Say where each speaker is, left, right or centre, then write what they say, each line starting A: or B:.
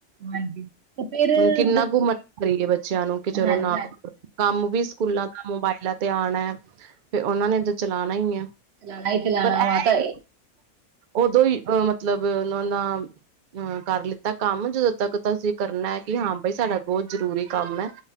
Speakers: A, on the right; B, on the right.
A: ਹਾਂਜੀ। ਫਿਰ
B: ਹੁਣ ਕਿੰਨਾ
A: ਦੱਸੋ
B: ਕੁ ਮ--ਕਰੀਏ ਬੱਚਿਆਂ, ਨੂੰ ਕਿ ਚਲੋ
A: ਹਾਂਜੀ
B: ਨਾ
A: ਹਾਂ
B: ਕੰਮ ਵੀ ਸਕੂਲਾਂ ਦਾ ਮੋਬਾਇਲਾਂ ਤੇ ਆਉਣਾ ਏ, ਫਿਰ ਉਹਨਾਂ ਨੇ ਤਾਂ ਚਲਾਣਾ ਹੀ ਹੈ।
A: ਚਲਾਣਾ ਹੀ ਚਲਾਣਾ
B: ਪਰ
A: ਵਾ
B: ਇਹ,
A: ਤਾਂ
B: ਉਦੋਂ ਹੀ, ਮਤਲਬ ਉਹਨਾਂ ਦਾ ਹਮ, ਕਰ ਲਿੱਤਾ ਕੰਮ ਜਦੋਂ ਤੱਕ ਤਾਂ ਅਸੀਂ ਕਰਨਾ ਏ। ਕਿ ਹਾਂ ਬਾਈ, ਸਾਡਾ ਬਹੁਤ ਜ਼ਰੂਰੀ ਕੰਮ ਹੈ